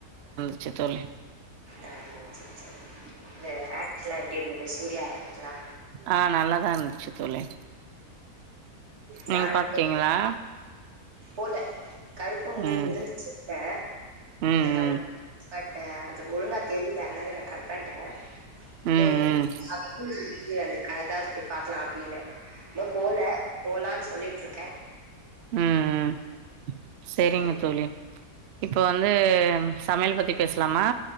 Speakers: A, on the right; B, on the right.
A: துச்சு தோழி
B: ஆஹ் சேரி சேரி இந்த ஆக்ட் எல்லா எப்புடி இருந்தது சூர்யா ஆக்ட்லா
A: ஆ நல்லாதா இருந்துச்சு தோழி நீங்க
B: நான்
A: பாத்துட்டீங்களா
B: இப்ப போகல கருப்பு மூவி
A: ம்
B: இருந்துச்சு என்ட்ட
A: ம்
B: அ கருப்பு
A: ம்
B: பட் ஒழுங்கா கேக் ல நான் கட் பண்ணிட்டேன்
A: ம் ம்
B: மேபி
A: ம்
B: வ விருக்கா ஏதாவது போய் பாக்கலா அப்படின்னு இன்னு போல போலான்னு சொல்லிட்டு இருக்கேன்
A: ம் ம் சரிங்க
B: ம்
A: தோழி இப்ப வந்து சமையல் பத்தி பேசலாமா